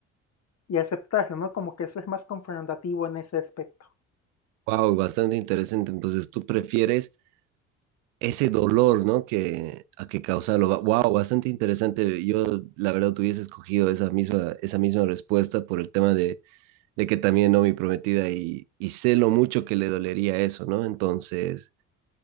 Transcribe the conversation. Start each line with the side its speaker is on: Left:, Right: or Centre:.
Left: y aceptarlo, ¿no? Como que ser más confrontativo en ese aspecto.
Right: wow, bastante interesante. Entonces, ¿tú prefieres... ese dolor, ¿no? Que, a que causarlo. Wow, bastante interesante. Yo, la verdad, tuviese escogido esa misma, esa misma respuesta por el tema de, de que también, ¿no? Mi prometida y, y sé lo mucho que le dolería eso, ¿no? Entonces,